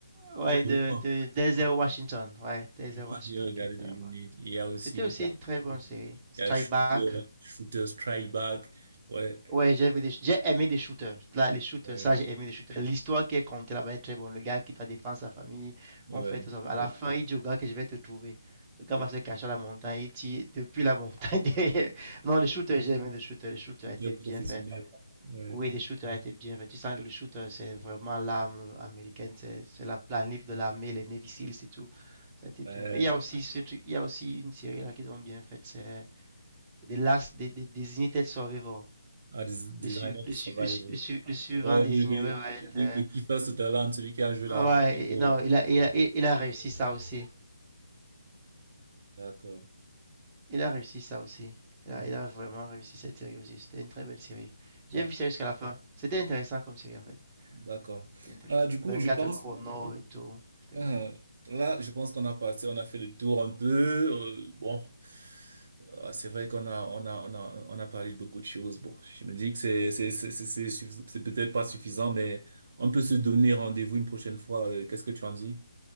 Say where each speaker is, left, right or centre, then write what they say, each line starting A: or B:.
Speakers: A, on the right (about 15°); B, on the right (about 50°).
A: Ouais,
B: Ouais,
A: de,
B: je crois.
A: de Denzel Washington. Ouais, Denzel
B: Je crois
A: Washington
B: que j'ai regardé
A: qui était
B: The Unit.
A: là-bas.
B: Il y a aussi,
A: C'était aussi une très bonne série. Strike
B: il y a Shooter,
A: Back.
B: Shooter Strike Back. Ouais,
A: Ouais, j'ai vu des- j'ai aimé des shooters. Là, les shooters,
B: euh,
A: ça, j'ai aimé des shooters. L'histoire qui est contée là-bas est très bonne. Le gars qui doit défendre sa famille,
B: ouais.
A: on fait tout ça. À la fin, il dit au gars que je vais te trouver. Le gars va se cacher à la montagne. Il tire depuis la montagne. <laughs> Non, les shooters, j'ai aimé les shooters. Les shooters
B: Tuteur
A: a été bien
B: professionnel.
A: fait.
B: Ouais,
A: Oui, les shooters étaient bien faits. Tu sens que le shooter, c'est vraiment l'arme américaine, c'est c'est la planif de l'armée, les Navy Seals et tout. Ça a été
B: ouais.
A: bien fait. Il y a aussi, ce truc- il y a aussi une série là qu'ils ont bien faite, c'est The Last, des, des, des Unitaid Survivor.
B: Ah, des- designer
A: Le, su- le,
B: survivor.
A: su- le, su- le su- le suivant
B: Ouais,
A: désigné
B: le, le,
A: ouais, va être.
B: le,
A: euh,
B: le keeper Sutherland, celui qui a joué
A: ah
B: dans
A: ouais,
B: Bravo,
A: et- non,
B: euh.
A: il a, il a, il il a réussi ça aussi.
B: D'accord.
A: Il a réussi ça aussi.
B: Mhm.
A: Il a, il a vraiment réussi cette série aussi. C'était une très belle série. J'ai
B: Ouais,
A: vu ça jusqu'à la fin. C'était intéressant comme série en fait.
B: d'accord.
A: C'était intéressant.
B: Ah, du coup,
A: 24
B: je pense,
A: chrono et tout. C'était
B: ah,
A: bon.
B: là, je pense qu'on a passé, on a fait le tour un peu. euh, bon, Ah, c'est vrai qu'on a, on a, on a, on a parlé de beaucoup de choses. Bon, je me dis que c'est, c'est, c'est, c'est c'est suffis- c'est peut-être pas suffisant, mais on peut se donner rendez-vous une prochaine fois. euh, Qu'est-ce que tu en dis?